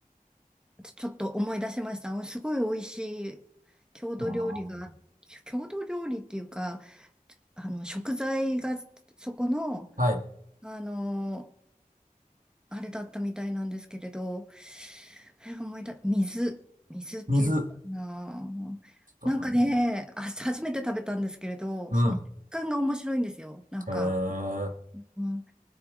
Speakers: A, in the centre; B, on the right.
A: ちちょっと思い出しました。すごい美味しい郷土料理が、
B: あー
A: 郷土料理っていうか、あの、食材がそこの、
B: はい。
A: あの、あれだったみたいなんですけれど、え思い出、水、水って言ってたかな。
B: 水。ちょっとわかんないな。
A: なんかね、あ、初めて食べたんですけれど、
B: うん。
A: その食感が面白いんですよ。なんか、
B: へえ。
A: うん、